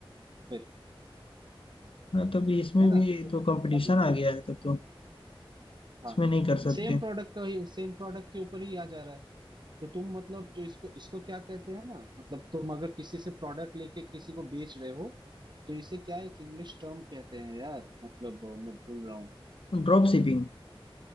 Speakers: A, on the right (about 50°); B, on the left (about 70°).
A: फिर
B: हाँ, तब इसमें
A: है ना
B: भी
A: तो
B: तो
A: फिर प्रॉब्लम
B: कंपटीशन आ
A: है
B: गया है तब तो
A: हाँ
B: इसमें नहीं कर सकते
A: सेम प्रोडक्ट का ही सेम प्रोडक्ट के ऊपर ही आ जा रहा है तो तुम मतलब जो इसको इसको क्या कहते हैं ना मतलब तुम अगर किसी से प्रोडक्ट लेके किसी को बेच रहे हो तो इसे क्या एक इंग्लिश टर्म कहते हैं यार मतलब अ, मैं भूल रहा हूँ
B: Drop shipping